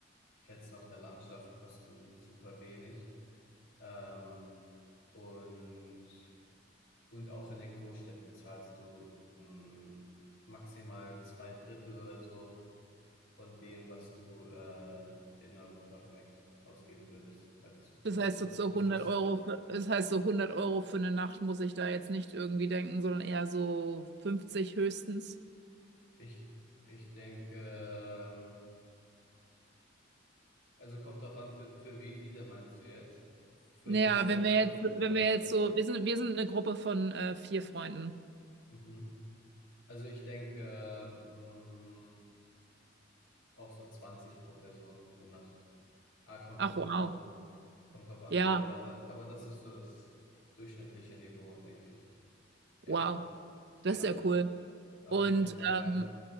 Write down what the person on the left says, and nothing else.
Plätzen auf der Landschaft, kosten super wenig. Ähm, und, und auch in den Großstädten zahlst du mh, maximal zwei Drittel oder so von dem, was du äh, in Europa vielleicht ausgeben würdest als, als
Tour-
Tourist.
Ich, ich denke, ähm, also kommt drauf an, für, für wie viele meinst du jetzt? Für
dich selbst,
ne?
Oder?
Mhm. Also ich denke, ähm, mh, auch so 20 pro Person pro Nacht. Ah, kommt
drauf
an, wo. Kommt drauf an,
wo. Aber das, aber das ist so das durchschnittliche Niveau, denke ich. Ja,
ja,
auf
jeden Fall,
ja.